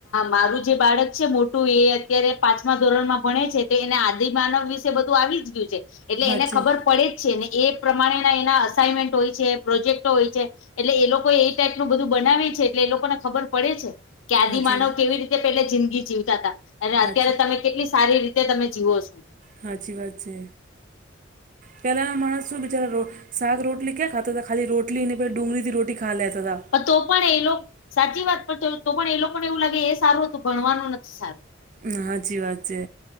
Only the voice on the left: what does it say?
મારું જે બાળક છે મોટું એ અત્યારે પાંચમા ધોરણમાં ભણે છે તો એને આદિ માનવ વિશે બધું આવી જ ગયું છે એટલે
એને ખબર પડે જ છે ને એ પ્રમાણેના એના અસાઇનમેન્ટ હોય છે પ્રોજેક્ટો હોય છે એટલે એ લોકો એ એટલુ બધું બનાવે છે એટલે એ લોકોને ખબર પડે છે કે આદિ
માનવ કેવી રીતે પેલે જિંદગી જીવતા હતા અને
અત્યારે તમે કેટલી સારી રીતે તમે જીવવો છો
તો પણ એ સાચી વાત તો પણ એ લોકોને એવું લાગે એ સારું હતું ભણવાનું નથી સારું